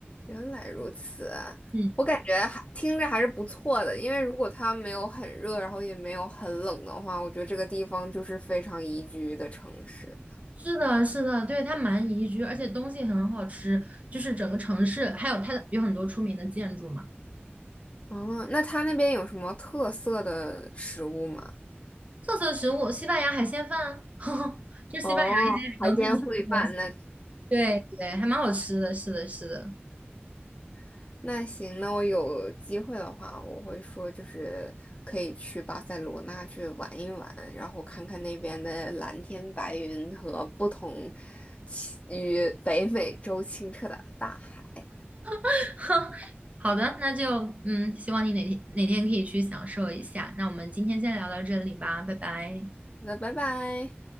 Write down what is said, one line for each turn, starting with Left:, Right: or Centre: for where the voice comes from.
Left: 原来如此啊，
Right: 嗯，
Left: 我感觉还听着还是不错的，因为如果它没有很热，然后也没有很冷的话，我觉得这个地方就是非常宜居的城市。
Right: 是的，是的，对，它蛮宜居，而且东西很好吃，就是整个城市，还有它的有很多出名的建筑嘛。
Left: 哦，那它那边有什么特色的食物吗？
Right: 特色食物，西班牙海鲜饭啊，<laughs> 这是西班牙一些比较特色的。
Left: 哦，海鲜烩饭，
Right: 东西。
Left: 那
Right: 对对，还蛮好吃的，是的，是的。
Left: <laughs> 那行，那我有机会的话，我会说就是可以去巴塞罗那去玩一玩，然后看看那边的蓝天白云和不同其与北美洲清澈的大海。
Right: <laughs> 好的，那就嗯，希望你哪天哪天可以去享受一下。那我们今天先聊到这里吧，拜拜。
Left: 好的，拜拜。